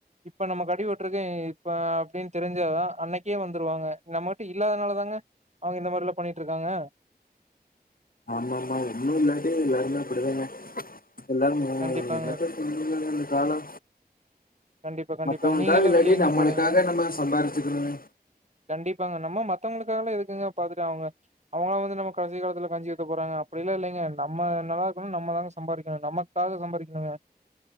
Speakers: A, on the right; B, on the left.
A: இப்ப நமக்கு அடிபட்ருக்கு இப்ப அப்டின்னு தெரிஞ்சாதா அன்னைக்கே வந்துருவாங்க நம்மள்ட்ட இல்லாதனால தாங்க அவுங்க இந்த மாரில்லா பண்ணிட்டுருக்காங்க
B: ஆமா ஆமா ஒன்னு இல்லாட்டி எல்லாருமே அப்டிதாங்க எல்லாருமே
A: கண்டிப்பாங்க.
B: என்னத்த சொல்றதுங்க இந்த காலோ
A: கண்டிப்பா, கண்டிப்பாங்க.
B: மத்தவங்கள்க்காக
A: நீங்கலாம்
B: இல்லாட்டி
A: வெளிய எங்கேயும்
B: நம்மளுக்காக
A: போலீங்களா?
B: நம்ம சம்பார்ச்சுக்ணுங்க
A: கண்டிப்பாங்க நம்ம மத்தவங்ளுக்காகல்ல எதுக்குங்க பாத்துட்டு அவுங்க அவங்கலா வந்து நம்ம கடைசி காலத்துல கஞ்சி ஊத்த போறாங்க அப்டில்லா இல்லைங்க நம்ம நல்லா இருக்கணு நம்ம தாங்க சம்பாதிக்கணு நமக் காக சம்பாரிக்ணுங்க